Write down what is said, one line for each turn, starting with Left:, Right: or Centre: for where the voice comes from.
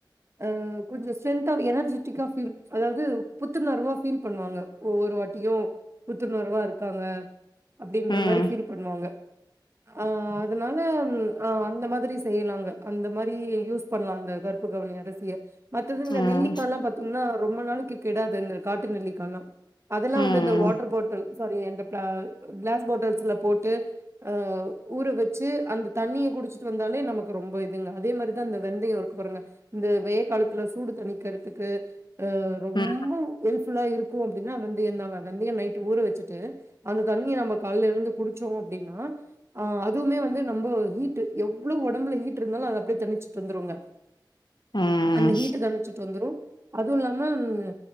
Right: ஆ கொஞ்ச ஸ்ட்ரென்த்தா அது எனர்ஜெட்டிக்கா ஃபீல் அதாவது புத்துணர்வா ஃபீல் பண்ணுவாங்க ஒவ்வொரு வாட்டியு புத்துணர்வா இருக்காங்க அப்டின்ற
Left: ம்
Right: மாரி ஃபீல் பண்ணுவாங்க ஆ அதனால ம் ஆ அந்த மாதிரி செய்யலாங்க அந்த மாரி யூஸ் பண்லா அந்த கருப்பு கவுனி அரிசிய மத்தது இந்த
Left: ம்
Right: நெல்லிக்கா எல்லா பாத்தீங்கன்னா ரொம்ப நாளைக்கி கெடாது இந்த காட்டு நெல்லிக்கா எல்லா அதெல்லா
Left: ம் ம்
Right: வந்து இந்த வாட் பாட்டல் சாரி அந்த பிளா கிளாஸ் பாட்டல்ஸ்ல போட்டு ஆ ஊற வச்சு அந்த தண்ணிய குடிச் சு வந்தாலே நமக்கு ரொம்ப இதுங்க அதே மாரிதா இந்த வெந்தயோ இருக்கு பாருங்க இந்த வெய்ய காலத்துல சூடு தணிக்கிறதுக்கு ஆ ரொம்ப
Left: ம் ம்
Right: ஹெல்ப் ஃபுல்லா இருக்கு அப்டின்னா வெந்தயோந்தாங்க வெந்தயோ நைட் வச்சுட்டு அந்த தண்ணிய நம்ம காலைல எழுந்து குடிச்சோ க்கு அப்டின்னா ஆ அதுமே வந்து நம்போ ஹீ ட்டு எவ்ளோ ஒடம்புல ஹீட் இருந்தாலு அத அப்டியே தணிச்சுட்டு வந்துருங்க
Left: ம்
Right: அந்த ஹீட்ட தணிச்சுட்டு வந்துரு அது இல்லாம ம்